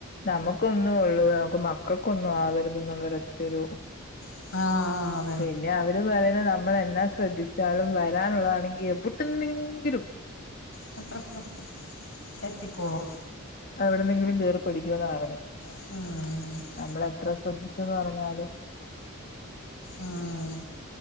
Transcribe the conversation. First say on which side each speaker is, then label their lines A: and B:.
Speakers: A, on the left; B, on the left.
A: നമുക്കൊന്നും ഉള്ളൂ നമുക്ക് മക്കൾക്കൊന്നും ആവരുന്ന ന ഒര ഒറ്റൊരു
B: ആഹ് ആഹ്
A: പിന്നെ അവര് പറയുന്ന നമ്മൾ എന്നാ ശ്രദ്ധിച്ചാലും വരാനുള്ളതാണെങ്കിൽ എവിട്ടെങ്കിലും
B: ഹ ഹ എത്തിക്കോളും
A: എവിടെന്നെങ്കിലും കേറി പിടിക്കുന്ന് പറഞ്ഞേ
B: ഉം
A: നമ്മൾ എത്ര ശ്രദ്ധിച്ചുന്ന് പറഞ്ഞാലും
B: ഉം.